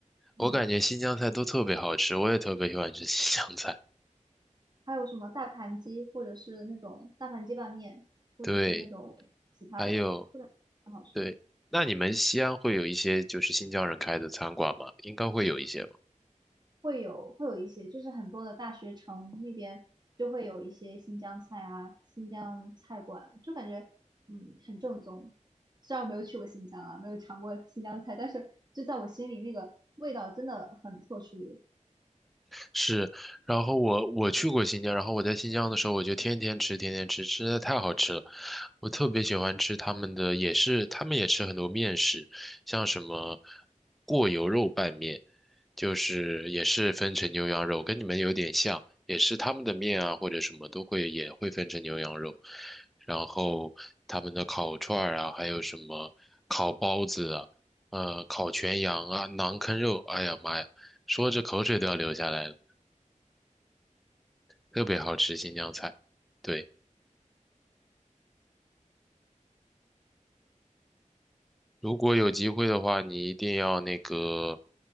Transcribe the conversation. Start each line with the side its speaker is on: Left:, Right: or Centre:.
Right: 嗯。
Centre: 我感觉新疆菜都特别好吃，我也特别喜欢吃新疆菜。
Right: 还有什么大盘鸡，或者是那种大盘鸡拌面，或者是那种其他的，
Centre: 对，还有，
Right: 这个很好吃。
Centre: 对，那你们西安会有一些就是新疆人开的餐馆吗？应该会有一些吧。
Right: 会有会有一些，就是很多的大学城那边就会有一些新疆菜啊，新疆菜馆，就感觉嗯很正宗。虽然我没有去过新疆啊，没有尝过新疆菜，但是就在我心里那个味道真的很特殊。
Centre: 是，然后我我去过新疆，然后我在新疆的时候，我就天天吃，天天吃，吃的太好吃了。我特别喜欢吃他们的，也是他们也吃很多面食，像什么过油肉拌面，就是也是分成牛羊肉，跟你们有点像，也是他们的面啊或者什么都会也会分成牛羊肉，然后他们的烤串儿啊，还有什么烤包子啊，呃，烤全羊啊，馕坑肉，哎呀妈呀！说着口水都要流下来了。特别好吃新疆菜。对，如果有机会的话，你一定要那个，